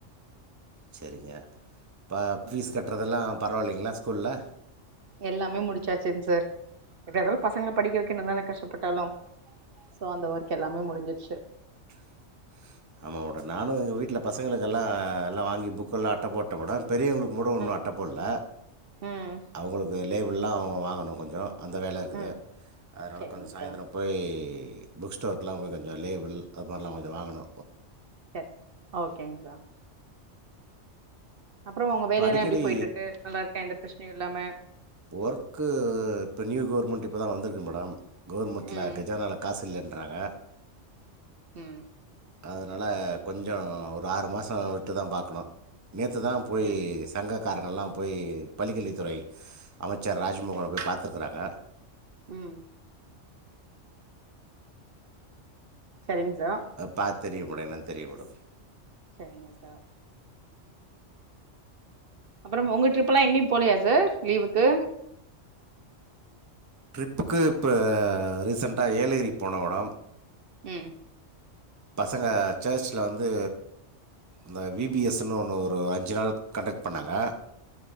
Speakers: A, on the right; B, on the right.
A: செரிங்க இப்ப ஃபீஸ்
B: ம்
A: கட்டுறதெல்லா பரவாயில்லைங்களா ஸ்கூல்ல
B: எல்லாமே முடிச்சாச்சிங் சார் எப்டியாந்தாலு பசங்கள படிக்க வைக்கனுந்தான கஷ்டப்பட்டாலு சோ அந்த ஒர்க் எல்லாமே முடுஞ்சிருச்சு
A: <inaudible> ஆமாம் மேடம் நானும் எங்க வீட்ல பசங்களுக்கெல்லா எல்லா வாங்கி புக்கெல்லா அட்ட போட்டன் மேடம் பெரியவனுக்கு மட்டு இன்னு
B: ம்
A: அட்டப்போட்ல
B: ம்
A: அவங்களுக்கு லேபிள்லா வாங்கணு கொஞ்சொ அந்த வேல இருக்குது
B: ம்
A: அதனா
B: சரிங்க
A: கொஞ்சொ சாயந்தரோ
B: சார்
A: போயி புக் ஸ்டோர்குலா கொஞ்சொ லேபுள் அது மாரிலா கொஞ்சொ வாங்கணு
B: செர் ஓகேங்க சார் அப்புறோ உங்க
A: இப்போ
B: வேலையெல்லா
A: அடிக்கடி
B: எப்டி போயிட்டு இருக்கு நல்லா இருக்கா எந்த பிரச்சனையு இல்லாம
A: ஒர்க்கு இப்ப நியூ கவர்மெண்ட் இப்பதா வந்திருக்கு மேடம் கவுர்மெண்ட்ல
B: ம்
A: கஜானால காசு இல்லன்றாங்க
B: ம்
A: அதுனால கொஞ்சொ ஒரு ஆறு மாசோ விட்டு தா பாக்கணு நேத்து தா போய்
B: ம்
A: சங்கக்காரங்கல்லா போய் பள்ளிகல்வித்துறை அமைச்சர் ராஜ்மோகன போய் பாத்துருகுறாங்க
B: ம் செரிங்க சார்
A: பார்த்து தெரியப்படும் என்னன்னு தெரியப்படு
B: செரிங்க சார் அப்பறம் உங்க ட்ரிப்புலா எங்கேயு போலியா சார் லீவுக்கு
A: ட்ரிப்புக்கு இப்ப ஆ ரீசென்ட்டா ஏலகிரிக்கு போனோம் மேடம்
B: ம்
A: பசங்க சர்ச்சில வந்து இந்த வி பி எஸ் ன்னு ஒன்னு ஒரு அஞ்சு நாள் கண்டெக்ட் பண்ணாங்க.